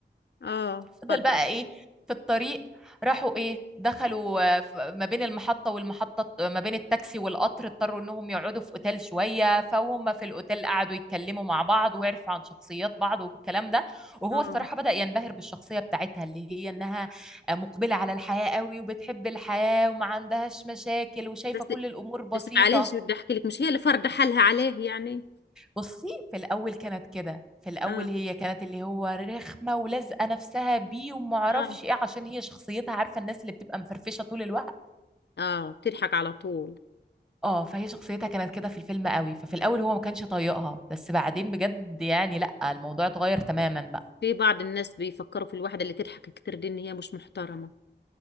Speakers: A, on the left; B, in the centre.
A: آه
B: فضل
A: اتفضل
B: بقى ايه في الطريق راحوا ايه دخلوا آه، ف- ما بين المحطة والمحطة ما بين التاكسي والقطر اضطروا انهم يقعدوا في اوتيل شوية فهم في الاوتيل قعدوا يتكلموا مع بعض ويعرفوا عن شخصيات بعض والكلام ده وهو
A: اه
B: الصراحة بدأ ينبهر بالشخصية بتاعتها اللي هي انها مقبلة على الحياة قوي وبتحب الحياة وما عندهاش مشاكل وشايفة
A: بس
B: كل الامور بسيطة
A: بس معلش بدي احكي لك مش هي اللي فرض حالها عليه يعني
B: بصي في الأول كانت كده في الأول
A: اه
B: هي كانت اللي هو رخمة ولازقة نفسها بيه ومعرفش
A: اه
B: ايه عشان هي شخصيتها عارفة الناس اللي بتبقى مفرفشة طول الوقت
A: اه بتضحك على طول
B: اه فهي شخصيتها كانت كده في الفيلم قوي ففي الأول هو ما كانش طايقها بس بعدين بجد يعني لأ الموضوع اتغير تماما بقى
A: في بعض الناس بيفكروا في الواحدة اللي تضحك كتير دي ان هي مش محترمة